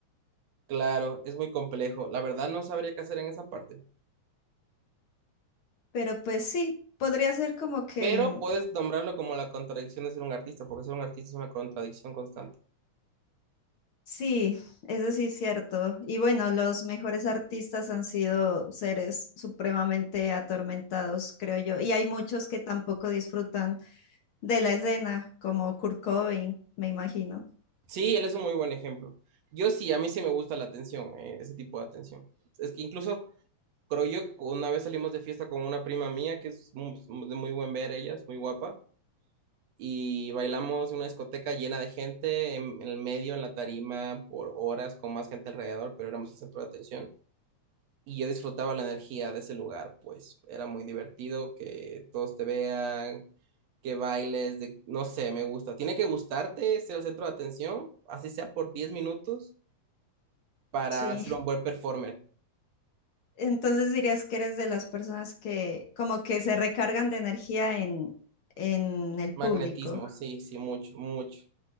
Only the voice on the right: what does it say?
Claro, es muy complejo. La verdad no sabría qué hacer en esa parte.
Pero puedes nombrarlo como la contradicción de ser un artista, porque ser un artista es una contradicción constante.
Sí, él es un muy buen ejemplo. Yo sí, a mí sí me gusta la atención, eh, ese tipo de atención. Es que incluso, creo yo, una vez salimos de fiesta con una prima mía, que es mu- de muy buen ver ella, es muy guapa, y bailamos en una discoteca llena de gente, en, en el medio, en la tarima, por horas, con más gente alrededor, pero éramos el centro de atención. Y yo disfrutaba la energía de ese lugar, pues era muy divertido que todos te vean, que bailes, de, no sé, me gusta. Tiene que gustarte ser el centro de atención, así sea por 10 minutos para
ser un
buen performer.
Magnetismo, sí, sí, mucho, mucho.